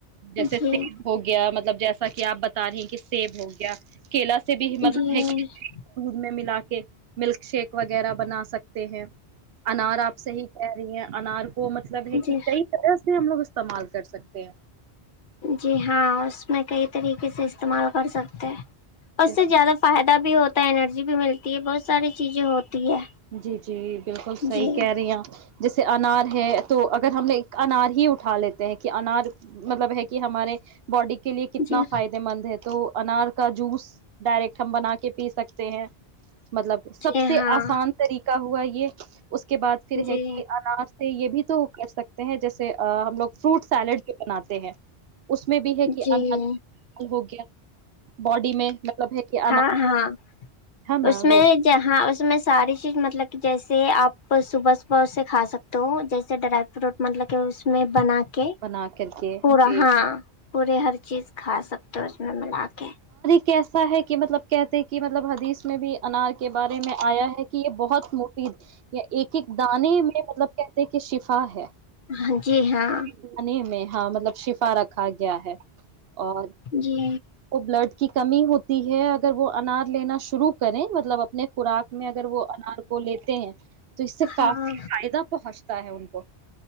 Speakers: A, on the right; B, on the left.
A: جیسے
B: جی
A: س ہو گیا مطلب جیسا کہ آپ بتا رہی ہیں کہ سیب ہو گیا کیلا سے بھی مطلب
B: جی
A: ہے دودھ میں ملا کے کہ ملک شیک وغیرہ بنا سکتے ہیں انار آپ سے ہی کہہ رہی ہیں انار کو مطلب ہے
B: جی
A: کہ کئی طرح سے ہم لوگ استعمال کر سکتے ہیں
B: جی ہاں اس میں کئی طریقے سے استعمال کر سکتے ہیں اس
A: جیسے
B: سے زیادہ فائدہ بھی ہوتا ہے انرجی بھی ملتی ہے بہت ساری چیزیں ہوتی ہے
A: جی جی بالکل صحی
B: جی
A: کہہ رہی ہ جیسے انار ہے تو اگر ہم نے انار ہی اٹھا لیتے ہیں کہ انار مطلب ہے کہ ہمارے باڈی کی کے لیے کتنا
B: جی
A: فائدے مند ہے تو انار کا جوس ڈائریکٹ ہم بنا کے پی سکتے ہیں مطلب سب
B: جی
A: سے
B: ہاں
A: آسان ہوا یہ اس کے بعد پھر
B: جی
A: ہے کہ انار سے یہ بھی تو کر سکتے جیسے ہم لوگ فروٹ سیلیڈ بھی بناتے ہیں اس میں بھی ہے کہ
B: جی
A: ان ہو گیا باڈی میں مطلب ہے کہ انار
B: ہاں ہاں
A: ہے نا
B: اس
A: وہ
B: میں ج ہاں اس میں ساری چیز مطلب کہ جیسے آپ صبح اس سے کھا سکتے ہوں جیسے ڈرائی فروٹ مطلب کہ اس میں بنا کے
A: بنا کر کے
B: پورا
A: چیز
B: ہاں پورے ہر چیز کھا سکتے ہو اس میں ملاک ہے
A: کیسا ہے کہ مطلب کہتے کہ مطلب حدیث میں بھی انار کے بارے میں آیا ہے کہ یہ بہت مفید یہیا ایک ایک دانے میں مطلب کہتے کہ شفا ہے
B: ہاں جی ہاں
A: دانے میں ہاں مطلب شفا رکھا گیا ہے اور
B: جی
A: بلڈ کی کمی ہوتی ہے اگر وہ انار لینا شروع کریں مطلب اپنے خوراک میں اگر وہ انار کو لیتے ہیں تو اس سے
B: ہاں
A: کافی فائدہ پہنچتا ہے ان کو